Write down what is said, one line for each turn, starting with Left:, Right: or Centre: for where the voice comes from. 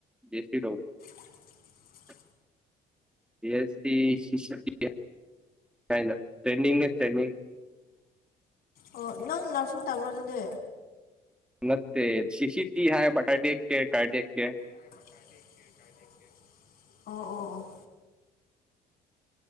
Centre: ꯁꯦꯁꯗꯧ
Left: <unintelligible>
Centre: ꯄꯁ ꯐꯥꯏꯩꯅ ꯇ꯭ꯔꯦꯟꯅꯤꯡꯡꯦ ꯇ꯭ꯔꯦꯟꯅꯤꯡꯡ
Left: ꯑꯣ ꯅꯪ ꯅꯔꯁꯤꯡꯅ ꯇꯝꯃ꯭ꯔꯥꯗꯗꯦ
Centre: ꯃꯦ ꯁꯤꯁꯤ ꯇꯤ ꯍꯥꯏ ꯇꯥꯇꯦꯛ ꯀ ꯀꯥꯇꯌꯥꯦ
Left: ꯍꯕ ꯀꯔꯦꯀꯦ ꯀꯥꯏꯦꯀꯦ ꯑꯣ ꯑꯣ ꯑꯣ